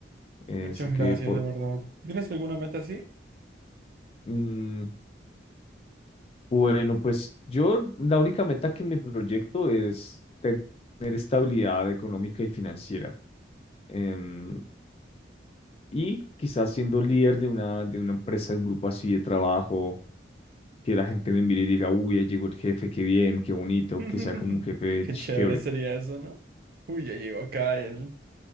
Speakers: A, on the left (about 30°); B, on the right (about 50°).
A: Eh,
B: Muchas
A: sé que,
B: gracias,
A: po-
B: de verdad. ¿Tienes alguna meta así?
A: mm, bueno, pues yo la única meta que me proyecto es tener estabilidad económica y financiera. em, Y quizás siendo líder de una, de una empresa, de un grupo así de trabajo, que la gente me mire y diga, uy, ya llegó el jefe, qué bien, qué bonito,
B: <laughs>
A: que sea como un jefe
B: Qué
A: chévere.
B: chévere sería eso, ¿no? Uy, ya llegó acá el,